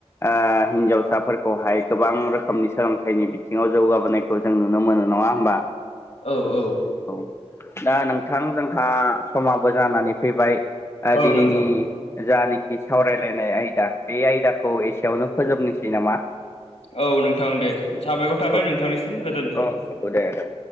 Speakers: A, on the left; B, on the left.
A: ओ हिनजावसाफोर खौहाय गोबां रोखोमनि सोलोंथाइनि बिथिङाव जौगाबोनायखौ जों नुनो मोनो नङा होमबा
B: औ औ
A: औ दा नोंथां जोंहा समाबो जानानै फैबाय ओ
B: औ
A: दिनैनि
B: नोंथां
A: जानखि सावरायलायनाय आयदा बे आयदाखौ एसेयावनो फोजोबनोसै नामा
B: औ नोंथां दे साबायखर थाबाय
A: औ
B: नोंथांनिसिम गोजोन्थों
A: औ औ दे दे